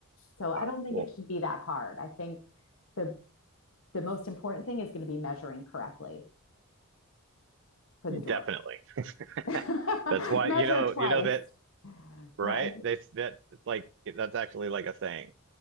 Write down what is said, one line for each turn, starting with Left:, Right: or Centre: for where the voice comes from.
Left: So I
Right: Uh,
Left: don't think
Right: well,
Left: it should be that hard. I think the the most important thing is going to be measuring correctly for the doors.
Right: definitely. <laughs>
Left: <laughs>
Right: That's why
Left: Measure
Right: you know
Left: twice,
Right: you know that right?
Left: right?
Right: They that it's like that's actually like a saying.